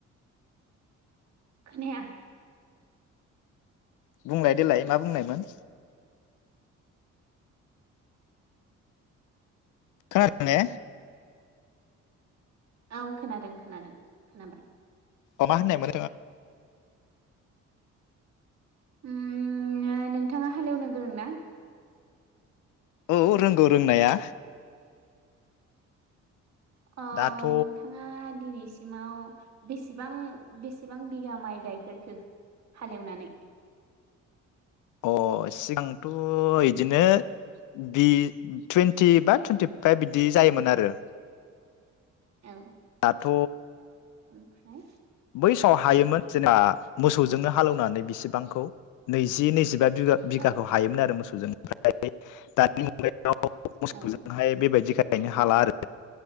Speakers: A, on the right; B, on the left.
A: खोनाया
B: बुंलाय देलाय मा बुंनायमोन खोनादों ने
A: औ खोनादों खोनादों खोनाबाय
B: अमा होननाय <inaudible>
A: उम नोंथाङा हालेवनो गोरों ना
B: औ रोंगौ रोंनाया
A: अ
B: दाथ'
A: नोंथाङा दिनैस सिमाव बेसेबां बेसेबां बिगा माइ गायफेरखो हालेवनानै
B: अ सिगांथ' इदिनो बि टुइन्टि बा टुइन्टि फाइभ बिदि जायोमोन आरो
A: औ
B: दाथ'
A: ओमफ्राय
B: बैसाव हायोमोन जोंना मोसौजोंनो
A: उम
B: हालौनानै बिसोर बांखौ नैजि नैजिबा बिगा बिघाखौ
A: औ
B: हायोमोन मोसौ <unintelligible> मोसौजोंहाय
A: औ
B: बेबायदिखाय गायनो हाला आरो